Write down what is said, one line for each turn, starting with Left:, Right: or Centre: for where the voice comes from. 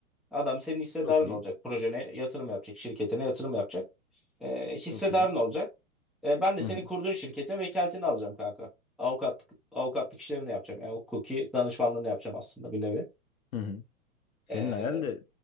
Centre: Adam senin hissedarın
Left: Çok iyi.
Centre: olacak. Projene yatırım yapacak, şirketine yatırım yapacak. E, hissedarın
Left: Çok iyi.
Centre: olacak. E, ben de
Left: Hı
Centre: senin
Left: hı
Centre: kurduğun şirketin vekaletini alacağım kanka. Avukatlık, avukatlık işlerini yapacağım. Yani hukuki danışmanlığını yapacağım aslında bir nevi.
Left: hı hı. Senin
Centre: E,
Left: hayal de